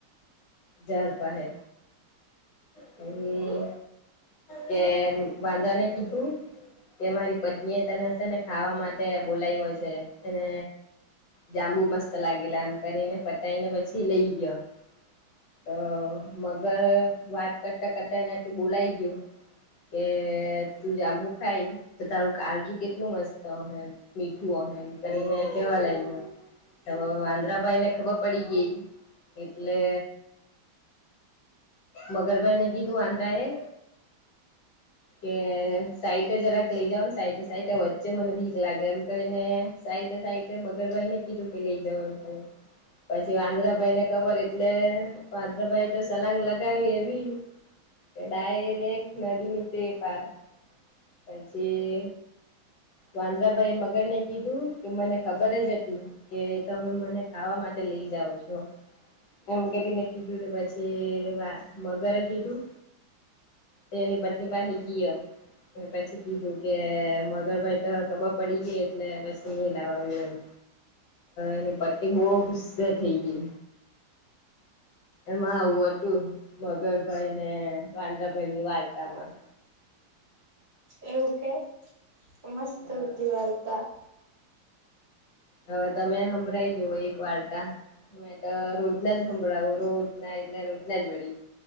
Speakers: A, on the left; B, on the right.
A: ઝાડ પાહે પહી. કે વાંદરાને કીધું. તે મારી પત્ની એ તને છે ને ખાવા માટે બોલાય્વો છે અને જાંબુ મસ્ત લાગેલા એમ કરીને પતાઈને પછી લઈ ગયો. તો મગર વાત કરતા કરતા એનાથી બોલાઈ ગયું. કે તું જાંબુ ખાઈ તો તારું કાળજુ કેટલું મસ્ત હશે મીઠું અ એમ કરી ને કેવા લાયગો. તો વાંદરાભાઈ ને ખબર પડી ગઈ એટલે મગરભાઈ ને કીધું વાંદરા એ કે સાઈડે જરાક લઈ જાવ ને સાઈડે સાઈડે વચ્ચે મને બીક લાગે એમ કરીને સાઈ ડે સાઈડે મગરભાઈ ને કીધું કે લઈ જાવ એમ કરીને પછી વાંદ્રા ભાઈ ને ખબર. એટલે વાંદરાભાઈ તો સલાંગ લગાવી એવી. એ ડાયરેક્ટ નદી ની તે પાર પછી. વાંદરાભાઈ એ મગરને કીધું કે મને ખબર જ હતી કે તમે મને ખાવા માટે લઈ જાઓ છો. એમ કરીને કીધું કે પછી વા મગરે કીધું. તે એની પત્ની પાસે ગીયો ને પછી કીધું કે મગરભાઈ તે ખબર પડી ગઈ એટલે પછી ની લાવાયું એમ. એની પત્ની બો ગુસ્સે થઇ ગઈ. એમાં આવું હતું મગરભાઈ ને વાંદરાભાઈ ની વાર્તામાં.
B: એવું કે મસ્ત
A: હા
B: હતી વાર્તા.
A: હવે તમે હંભરાવી જવો એક વાર્તા મેં તો રોજ ના જ હંભળાવું રોજના એટલે રોજના જ વડી